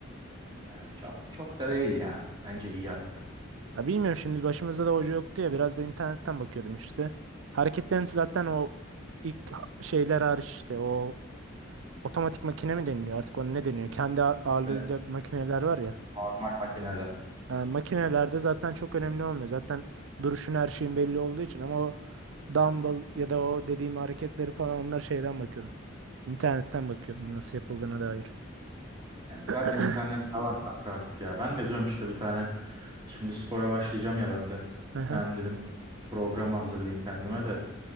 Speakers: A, on the right; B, on the right.
A: Yani çok çok da değil ya. Bence iyi hatta.
B: Ya bilmiyorum şimdi başımızda da hoca yoktu ya biraz da internetten bakıyordum işte. Hareketlerin zaten o ilk ha- şeyler hariç işte o otomatik makine mi deniliyor artık ona ne deniyor? Kendi a- ağırlığıyla
A: Şöyle
B: makineler var ya.
A: normal makineler.
B: Yani makinelerde zaten çok önemli olmuyor. Zaten duruşun her şeyin belli olduğu için ama o dumbbell ya da o dediğim hareketleri falan onlar şeyden bakıyordum. İnternetten bakıyordum nasıl yapıldığına dair.
A: Yani
B: <clears throat>
A: zaten internette var kanka artık ya. Ben de diyorum işte bir tane şimdi spora başlayacağım ya ben de.
B: Hı hı.
A: Bir tane dedim programı hazırlayayım kendime de.